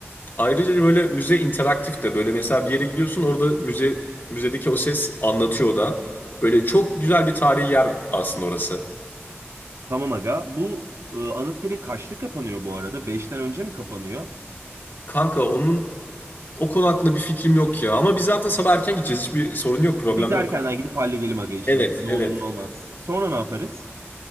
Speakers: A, on the left (about 45°); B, on the right (about 75°).
A: Ayrıca böyle müze interaktif de böyle mesela bir yere gidiyorsun orada müze müzedeki o ses anlatıyor da. Böyle çok güzel bir tarihi yer aslında orası.
B: Tamam aga. Bu e, Anıtkabir kaçta kapanıyor bu arada? Beşten önce mi kapanıyor?
A: Kanka onun o konu hakkında bir fikrim yok ya. Ama biz zaten sabah erken gideceğiz. Hiçbir sorun yok, problem
B: Biz erkenden
A: yok.
B: gidip halledelim aga işimizi.
A: Evet,
B: Ne
A: evet.
B: olur ne olmaz. Sonra ne yaparız?